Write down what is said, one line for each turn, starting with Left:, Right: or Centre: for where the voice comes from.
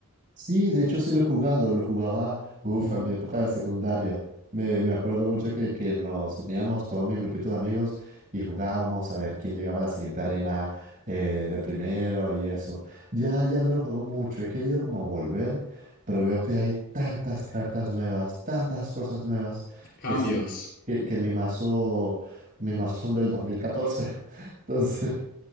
Right: Sí, de hecho sí lo he jugado, lo jugaba, uff,
Left: Mm,
Right: en mi época de secundaria. Me, me acuerdo mucho que, que nos uníamos todo mi grupito de amigos y jugábamos a ver quién llegaba a la siguiente arena eh, de primero y eso. Ya, ya no lo juego mucho, he querido como volver, pero veo que hay tantas cartas nuevas, tantas cosas nuevas,
Left: Cambios.
Right: que, si que,
Left: Mm.
Right: que mi mazo, mis mazos son del dos mil catorce, <laughs> Entonces,